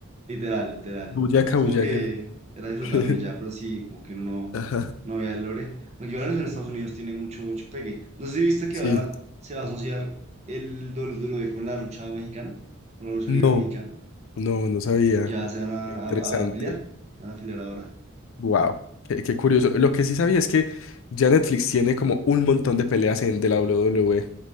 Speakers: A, on the right; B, on the left.
A: literal, literal.
B: Buyaka,
A: Es como
B: Buyaka.
A: que era disfrutarlo
B: <laughs>
A: y ya, pero sí, como que uno no,
B: Ajá,
A: no vea el lore. Aunque igual eso en Estados Unidos tiene mucho, mucho pegue. No sé si viste que
B: sí.
A: ahora se va a asociar el WWE con la lucha mexicana, con la lucha
B: No,
A: libre mexicana.
B: no, no sabía.
A: Ya se van a,
B: Qué interesante.
A: a- a afiliar, se van a afiliar ahora.
B: Wow, qué, qué curioso. Lo que sí sabía es que ya Netflix tiene como un montón de peleas en de la WWE.